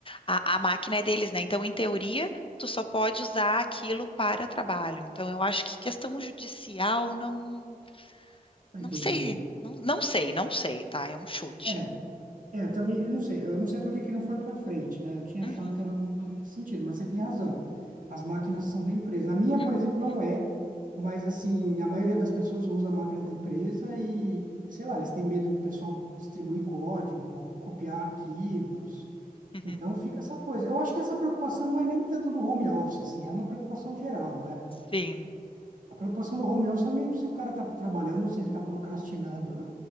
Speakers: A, on the left; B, on the right.
A: a, a máquina é deles, né? Então, em teoria, tu só pode usar aquilo para trabalho. Então, eu acho que questão judicial, não,
B: entendi.
A: não sei, não, não sei, não sei, tá? É um chute.
B: É, é, eu também, eu não sei, eu não sei por que que não foi para frente, né? Eu tinha
A: Uhum.
B: achado que era alguma coisa nesse sentido, mas você tem razão. As máquinas são da empresa. A minha, por exemplo,
A: Uhum.
B: não é, mas assim, a maioria das pessoas usa a máquina da empresa e, sei lá, eles têm medo do pessoal distribuir código, copiar arquivos.
A: uhum.
B: Então fica essa coisa. Eu acho que essa preocupação não é nem tanto do home office, assim, é uma preocupação geral, né?
A: Sim.
B: A preocupação do home office é mesmo se o cara tá trabalhando ou se ele tá procrastinando, né?